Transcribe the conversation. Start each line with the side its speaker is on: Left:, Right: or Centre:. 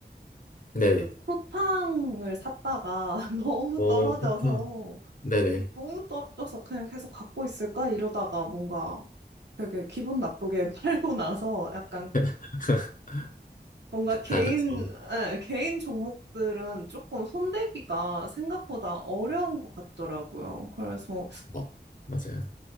Left: 네네.
Right: 그 쿠팡을 샀다가 <laughs> 너무
Left: 오,
Right: 떨어져서,
Left: 쿠팡. 네네.
Right: 너무 떨어져서 그냥 계속 갖고 있을까? 이러다가 뭔가 되게 기분 나쁘게 <laughs> 팔고 나서 약간
Left: <laughs>
Right: 뭔가 개인,
Left: 아, 그렇죠.
Right: 예, 개인 종목들은 조금 손대기가 생각보다 어려운 것 같더라고요. 그래서,
Left: 어, 맞아요.